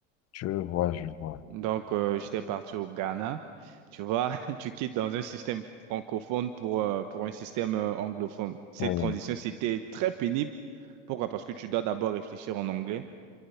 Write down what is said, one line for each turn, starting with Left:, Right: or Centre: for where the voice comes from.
Left: je vois, je vois.
Right: Donc, euh, j'étais parti au Ghana. Tu vois, <laughs> tu quittes dans un système francophone pour, euh, pour un système euh, anglophone. Cette
Left: Oui.
Right: transition, c'était très pénible. Pourquoi? Parce que tu dois d'abord réfléchir en anglais,